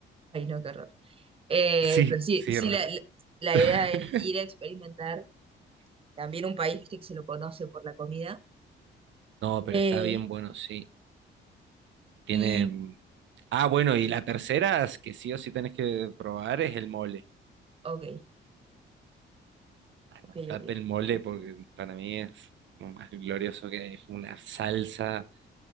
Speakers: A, on the right; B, on the right.
A: ay no, qué horror. Eh,
B: Sí,
A: pero sí,
B: sí,
A: sí
B: es raro.
A: la, la- la
B: <laughs>
A: idea es ir a experimentar también un país, viste, que se lo conoce por la comida.
B: No, pero
A: Eh,
B: está bien bueno, sí. Tiene...
A: y,
B: mm, Ah, bueno, y la tercera es que sí o sí tenés que probar es el mole.
A: ok,
B: Anotate
A: ok, ok.
B: el mole porque para mí es lo más glorioso que hay. Es una salsa